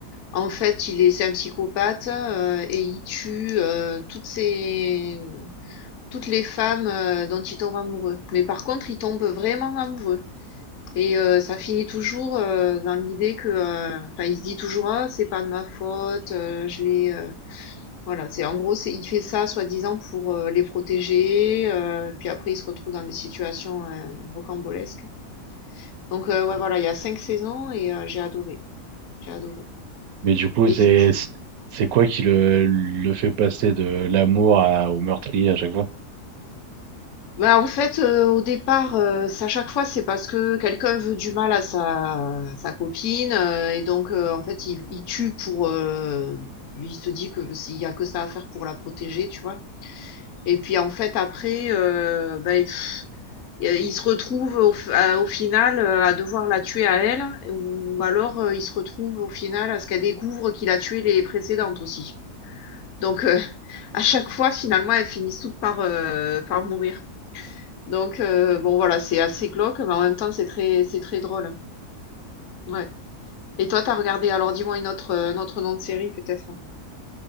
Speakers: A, on the left (about 60°); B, on the right (about 75°).
A: en fait, il est c'est un psychopathe, heu et il tue, heu, toutes ses toutes les femmes, heu, dont il tombe amoureux. Mais par contre, il tombe vraiment amoureux et heu, ça finit toujours, heu, dans l'idée que, heu enfin, il se dit toujours: «Ah, c'est pas de ma faute, heu, je l'ai, heu» voilà, c'est en gros, c'est il fait ça soi-disant pour, heu, les protéger, heu, puis après il se retrouve dans des situations, heu, rocambolesques. Donc euh, ouais, voilà, il y a cinq saisons et euh, j'ai adoré, j'ai adoré.
B: Mais du coup,
A: Et
B: c'est
A: du coup,
B: c'est quoi qui le, le fait passer de l'amour à, au meurtrier à chaque fois?
A: bah en fait, euh, au départ, euh, c'est à chaque fois, c'est parce que quelqu'un veut du mal à sa, sa copine euh, et donc euh, en fait, il, il tue pour, euh, lui, il se dit que s'il y a que ça à faire pour la protéger, tu vois. Et puis en fait, après, euh, bah, il, il se retrouve au, f- à- au final euh, à devoir la tuer à elle, ou alors euh, il se retrouve au final à ce qu'elle découvre qu'il a tué les précédentes aussi. Donc, euh, À chaque fois, finalement, elles finissent toutes par, heu, par mourir. Donc heu, bon voilà, c'est assez glauque, mais en même temps, c'est très c'est très drôle. Ouais. Et toi, t'as regardé alors dis-moi une autre, heu, un autre nom de série peut-être?